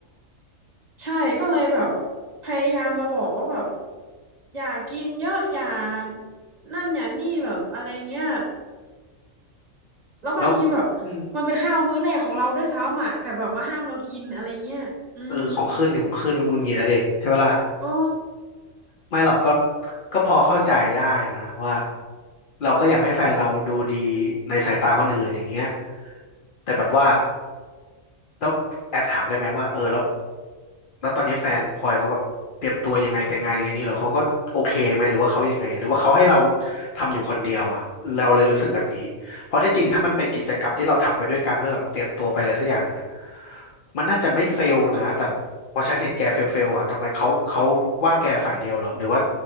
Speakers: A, on the right (about 30°); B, on the left (about 50°).
A: ใช่ก็เลยแบบพยายามมาบอกว่าแบบอย่ากินเยอะอย่านั่นอย่านี่แบบอะไรเงี้ยแล้วบางทีแบบ
B: แล้วอืม
A: มันเป็นข้าวมื้อแรกของเราด้วยซ้ำอ่ะแต่แบบมาห้ามเรากินอะไรเงี้ยอืม
B: เออของขึ้นนี่ของขึ้นมันหงุนงิดอะเดใช่ปะล่ะ
A: อ๋อ
B: ไม่หรอกก็ก็พอเข้าใจได้นะว่าเราก็อยากให้แฟนเราดูดีในสายตาคนอื่นอย่างเงี้ยแต่แบบว่าต้องแอบถามได้ไหมว่าเออแล้ว แล้วตอนนี้แฟนพลอยเขาแบบเตรียมตัวยังไงไปงานเลี้ยงนี้เหรอเขาก็โอเคไหมหรือว่าเขายังไงหรือว่าเขาให้เราทำอยู่คนเดียวอ่ะเราเลยรู้สึกแบบนี้เพราะที่จริงถ้ามันเป็นกิจกรรมที่เราทำไปด้วยกันเพื่อแบบเตรียมตัวไปอะไรสักอย่างหนึงอะมันน่าจะไม่เฟลนะแต่พอฉันเห็นแกเฟลเฟลอ่ะทำไมเขาเขาว่าแกฝ่ายเดียวเหรอหรือว่า